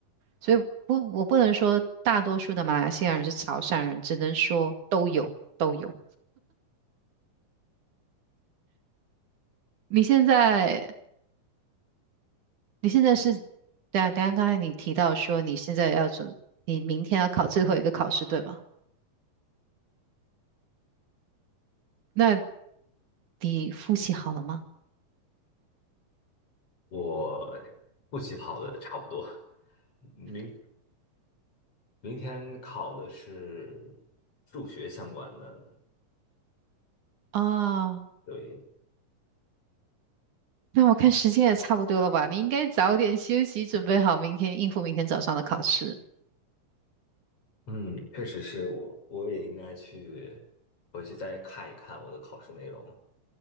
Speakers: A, on the right (about 65°); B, on the left (about 45°).
A: 所以不，我不能说大多数的马来西亚人是潮汕人，只能说都有都有。你现在你现在是，等啊，等下刚才你提到说你现在要准，你明天要考最后一个考试，对吧？那你复习好了吗？
B: 我复习好的差不多，明明天考的是数学相关的。
A: 啊，
B: 对，
A: 那我看时间也差不多了吧，你应该早点休息，准备好明天应付明天早上的考试。
B: 嗯，确实是我，我也应该去回去再看一看我的考试内容。